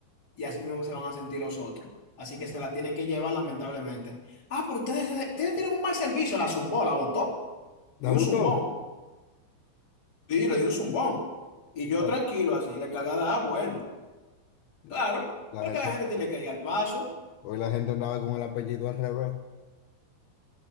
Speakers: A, on the left; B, on the left.
A: y así mismo se van a sentir los otros. Así que se la tiene que llevar, lamentablemente. Ah, pero ustedes, ustedes tienen un mal servicio, la zumbó, la botó,
B: ¿La
A: le dio
B: gustó?
A: un zumbón, sí, le dio un zumbón. Y yo
B: Ay,
A: tranquilo, así, la encargada, ah, bueno,
B: No,
A: claro,
B: la
A: porque
B: gente,
A: la gente tiene que ir al paso.
B: hoy la gente andaba con el apellido al revés.